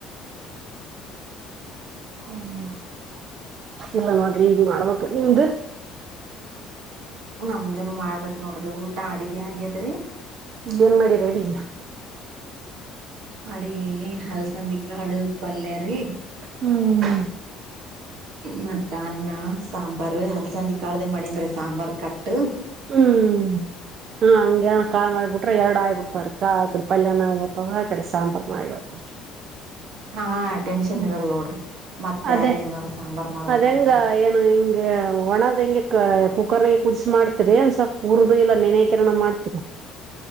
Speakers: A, on the right; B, on the right.
A: ಹಾ ಹಾ
B: ಹ್ಮ್ಇಲ್ಲ ನೋಡ್ರಿ ಈಗ ಮಾಡ್ಬೇಕ ನಿಮ್ದ
A: ನಮ್ದನ ಮಾಡ್ಬೇಕ್ ನೋಡ್ರಿ ಊಟ ಅಡ್ಗೆ ಆಗ್ಯದ್ರಿ.
B: ಇಲ್ಲೇನ ಮಾಡಿರಿ ಅಡಿಗಿ
A: ಅಡಿಗಿ ಹಲಸಂದಿ ಕಾಳ ಪಲ್ಯಾರಿ.
B: ಹ್ಮ.
A: ಮತ್ತ ಅನ್ನ ಸಾಂಬಾರ ಅಲ್ಸಂದಿ ಕಾಳ್ದ ಮಾಡನ್ರರಿ ಸಾಂಬಾರ್ ಕಟ್
B: ಹ್ಮ ನಂಗೇನ ಕಾಳ ಮಾಡ ಬಿಟ್ರ ಎರಡ ಆಗಿ ಬಿಡ್ತಾವರಿ. ಕ ಕಡೆ ಪಲ್ಯಾಣ ಆತ ಆ ಕಡೆ ಸಾಂಬಾರ್ ನಾಗವತ
A: ಹಾ ಟೆನ್ಷನ್
B: ಹ್ಮ
A: ಇರಲ್ ನೋಡ್ರಿ ಮತ್
B: ಅದೇ
A: ಬೇರೆ ಏನಾರ ಸಾಂಬಾರ್ ಮಾಡ್ಬೇಕಂತ
B: ಅದಂಗ ಏನ ಹಿಂಗ ಒಣದ ಹೆಂಗೆ ಕ ಕರೆ ಕುದಿಸಿ ಮಾಡ್ತರಿ ಒಂದ್ ಸ್ವಲ್ಪ ಉರ್ದು ಎಲ್ಲಾ ನೆನಾಯಕಿರಣ ಮಾಡ್ತೀರಿ.